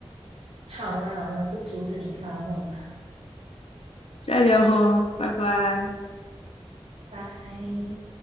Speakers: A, on the right; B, on the left.
A: 好啦好啦，不阻止你发梦啦，
B: 再聊哦，拜拜。
A: 拜。